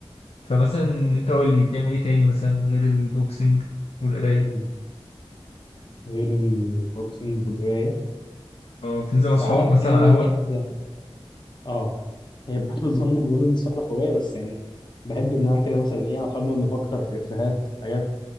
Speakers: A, on the left; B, on the left.
A: فمثلا انت قول لي بتعمل ايه تاني مثلا غير البوكسنج والقرايه
B: م- غير البوكسنج والقراية
A: اه بتنزل مع
B: ساعات
A: اصحابك مثلا
B: يعني
A: على القهوه
B: إحدى آه هي بحب الظن الظن دي صنف هواية بس يعني بحب إنها كده مثلا إيه أنا وأصحابنا بنفكر في إفيهات حاجات